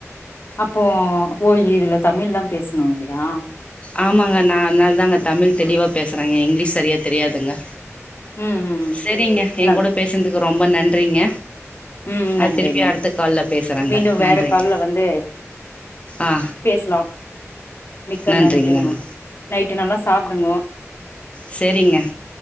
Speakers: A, on the left (about 50°); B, on the left (about 25°).
A: அப்போ ஓ இதுல தமிழ் தா பேசணு இல்லியா
B: ஆமாங்க நா அதனால் தாங்க தமிழ் தெளிவா பேசறங்க இங்லீஷ் சரியா தெரியாதுங்க
A: ம் ம்
B: ஷெரிங்க எங்
A: நன்
B: கூட பேசுன்துக்கு ரொம்ப நன்றிங்க
A: ம் நன்றிங்க
B: அ திருப்பியு அடுத்த கால்ல பேசுறங்க
A: மீண்டும் வேற
B: நன்றிங்க
A: கால்ல வந்து
B: ஆ
A: பேசலாம் மிக் க
B: நன்றிங்க
A: நன்றிங்கோ
B: நன்றி
A: நைட்டு நல்லா சாப்டுங்கோ
B: செரிங்க